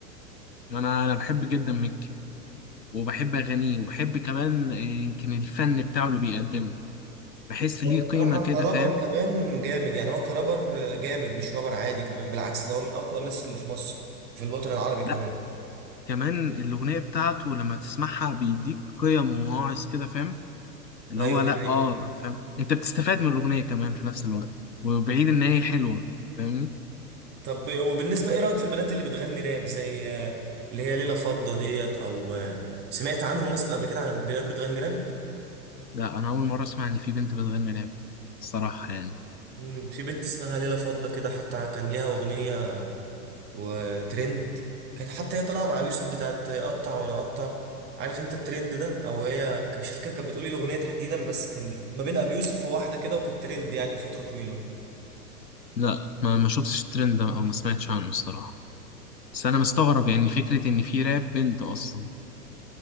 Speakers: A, on the left (about 85°); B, on the right (about 20°).
A: أنا أنا بحب جدا مكي وبحب أغانيه وبحب كمان آه، يمكن الفن بتاعه اللي بيقدمه بحس ليه
B: هو
A: قيمة
B: بصراحه
A: كده
B: كرابر
A: فاهم
B: كمان جامد يعني هو كرابر جامد مش رابر عادي كمان بالعكس ده هو من اقوى الناس اللي في مصر في الوطن العربي
A: لا
B: كمان
A: كمان الأغنية بتاعته لما تسمعها بيديك قيم ومواعظ كده فاهم اللي
B: ايوه
A: هو لا
B: دي حقيقه
A: آه فاهم أنت بتستفاد من الأغنية كمان في نفس الوقت وبعيد إن هي حلوة فاهمني
B: طب وبالنسبه ايه رايك في البنات اللي بتغني راب زي آه، اللي هي ليلى فضه ديت او آه، سمعت عنهم مثلا قبل كده عن بنات بتغني راب
A: لا أنا أول مرة أسمع إن في بنت بتغني راب الصراحة يعني
B: مم، في بنت اسمها ليلى فضه كده حتى كان ليها اغنيه وترند كانت حتى هي طالعه مع ابي يوسف بتاعت اقطع وانا اقطع عارف انت الترند ده او هي ك- مش فاكر كانت بتقولي الاغنيه تحديدا بس كان ما بين ابي يوسف وواحده كده وكانت ترند يعني لفتره طويله
A: لا ما ما شفتش الترند ده او ما سمعتش عنه الصراحه بس انا مستغرب يعني فكره ان في راب بنت اصلا